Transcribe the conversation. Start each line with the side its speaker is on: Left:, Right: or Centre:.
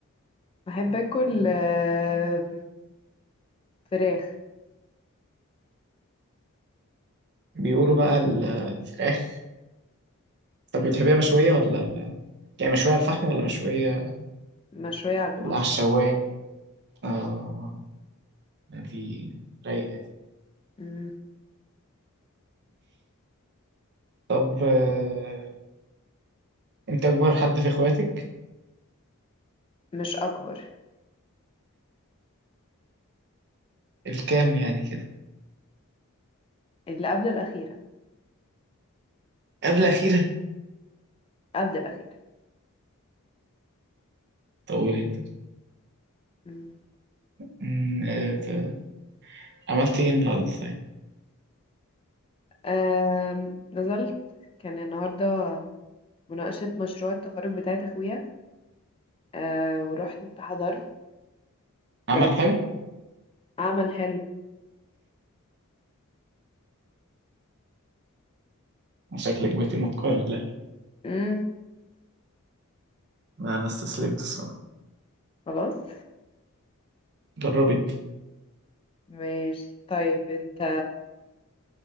Left: بحب اكل آه، فراخ
Right: بيقولوا بقى ال- الفراخ طب بتحبيها مشوية ولا يعني مشوية على الفحم ولا مشوية
Left: مشوية على الفحم
Right: على الشواية آه دي رايقة
Left: مم.
Right: طب آه أنت أكبر حد في إخواتك
Left: مش اكبر
Right: الكام يعني كده
Left: اللي قبل الاخيرة
Right: قبل أخيرة
Left: قبل الاخيرة
Right: طول أنت
Left: مم.
Right: مم، آه، ت- عملت إيه النهاردة طيب
Left: آم، نزلت كان النهاردة مناقشة مشروع التخرج بتاعت اخويا أه ورحت انت حضرت
Right: عمل
Left: ورجعت
Right: حلو
Left: عمل حلو
Right: شكلك بقيتي متقنة
Left: مم.
Right: انا استسلمت الصراحه
Left: خلاص
Right: جربي انت
Left: ماشي طيب انت